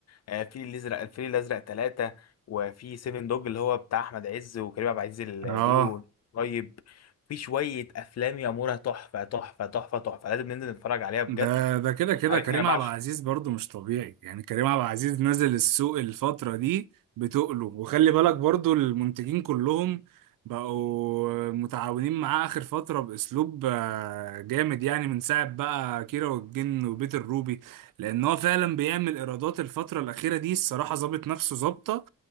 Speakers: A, on the left; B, on the right.
A: آه، في الازرق الفيل الازرق ثلاثة وفي سيفن دوج اللي هو بتاع احمد عز وكريم عبد العزيز اللي
B: اه
A: بيقولوا طيب في شويه افلام يا مورا تحفه تحفه تحفه تحفه لازم ننزل نتفرج عليها بجد
B: ده ده كده كده
A: عارفني
B: كريم
A: انا بعشق
B: عبد العزيز برضو مش طبيعي يعني كريم عبد العزيز نزل السوق الفترة دي بتقله وخلي بالك برضو المنتجين كلهم بقوا متعاونين معاه آخر فترة بأسلوب آه، جامد يعني من ساعة بقى كيرة والجن وبيت الروبي لأن هو فعلا بيعمل إيرادات الفترة الأخيرة دي الصراحة ظابط نفسه ظابطة